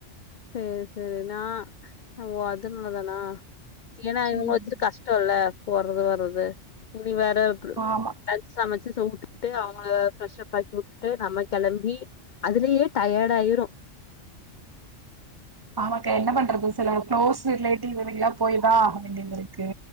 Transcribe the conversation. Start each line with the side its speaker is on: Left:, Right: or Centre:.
Left: சேரி சேரி நான் ஓ அதுன்னலனா ஏனா இவுங்ள
Right: ம்
Left: வச்சுட்டு கஷ்டோல்ல போறது வர்றது இனி வேற
Right: ஆமா
Left: லஞ்ச் சமச்சு சா ஊட்டுவிட்டு அவுங்கள ஃபிரஷப் ஆக்கி உட்டுட்டு நம்ம கெளம்பி அதுலயே டயர்டாய்ரு
Right: ஆமாக்கா என்ன பண்றது சில குளோஸ் ரிலேட்டிவ் இதுக்குலா போய்தா ஆக வேண்டியதிருக்கு